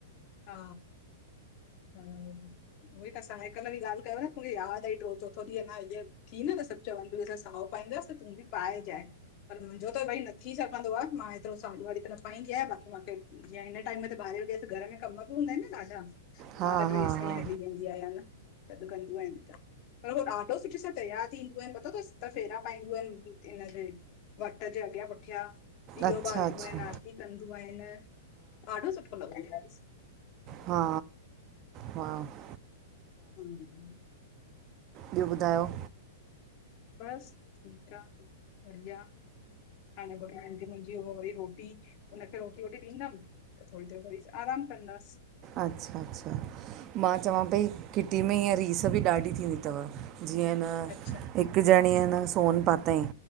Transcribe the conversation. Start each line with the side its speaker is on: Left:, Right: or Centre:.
Left: हा हम्म उहे तां साए कलर जी ॻाल्हि कयव न मूंखे यादि आई ट्रयो चोथो ॾीहं अञा इय थी न त सभु चवनि पयूं त असां साओ पाईंदासीं त तूं बि पाएजाए। पर मुंहिंजो त भई न थी सघंदो आ मां हेएतिरो साड़ी वाड़ी त न पाईंदी आहियां बाक़ी मां खे जीअं हिन टाइम में ते ॿारें वॼे त घर में कम बि हूंदा आहिन न ॾाढा मां
Right: हा हा
Left: त
Right: हा
Left: ड्रेस
Right: हा
Left: में ही हली वेन् वेंदी आहियां न, सॾ कंदियूं आहिन त। पर उहो ॾाढो सुठे सां तयारु थींदियूं आहिन पतो थस सत फेरा पाईंदियूं आहिन हिन ते। वट जे अॻियां पुठियां -- ॾीओ
Right: अच्छा
Left: ॿारींदोयूं
Right: अच्छा
Left: आहिन, आरती कंदियूं आहिन ॾाढो सुठो लॻंदो आ।
Right: हा हा --
Left: हूं --
Right: ॿियो ॿुधायो?
Left: बसि ठीकु आ, बढ़िया। हाणे ॿुधाय वई मुंहिंजी उहा वरी रोटी हुनखे रोटी वोटी ॾींदमि त थोड़ी देर वरी आराम कंदास।
Right: अच्छा अच्छा मां चवां पई किटी में हीअं रीस बि ॾाढी थींदी थव। जीअं न
Left: अच्छा
Right: हिकु ॼणी हे न सोन पातईं,